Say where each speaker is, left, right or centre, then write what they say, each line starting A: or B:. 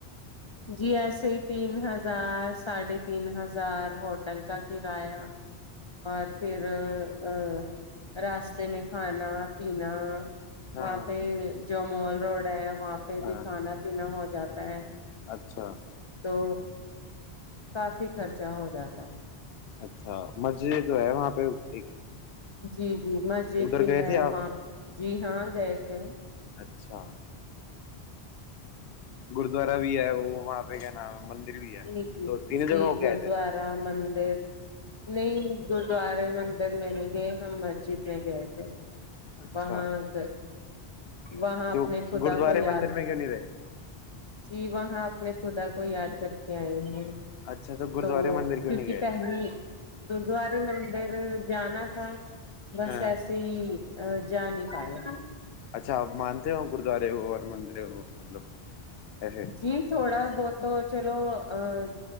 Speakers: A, on the left; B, on the left.
A: جی ایسے ہی تین ہزار ساڑھے تین ہزار ہوٹل کا کرایہ اور پھر ا راستے میں کھانا پینا
B: ہاں
A: وہاں
B: ہاں
A: پہ جو مال روڈ ہے وہاں پہ
B: ہاں
A: بھی کھانا پینا ہو جاتا ہے
B: اچھا
A: تو کافی خرچہ ہو جاتا ہے
B: اچھا مسجد وہ ہے وہاں پہ ایک
A: جی جی مسجد
B: ادھر
A: بھی
B: گئے
A: ہے
B: تھے آپ
A: وہاں جی ہاں گئے تھے
B: اچھا گرودوارا بھی ہے وہ وہاں پہ کیا نام ہے مندر بھی ہے
A: جی جی
B: دو تینوں جگہ
A: جی
B: ہو کے
A: گرودوارا
B: آئے تھے
A: مندر نہیں گردوارے مندر نہیں گئے ہم مسجد میں گئے تھے
B: اچھا
A: وہاں گ وہاں
B: تو
A: اپنے خدا
B: گرودوارے
A: کو یاد
B: مندر میں کیوں نہیں رہے
A: جی وہاں اپنے خدا کو یاد کر کے آئے ہیں
B: اچھا تو گرودوارے
A: تو
B: مندر کیوں
A: کیونکہ
B: نہیں گئے
A: پہلے گردوارے مندر جانا تھا بس
B: ہاں
A: ایسے ہی جا نہیں پائے
B: اچھا آپ مانتے ہو گرودوارے ہو اور مندر ہو مطلب ایسے
A: جی تھوڑا بہت تو چلو جا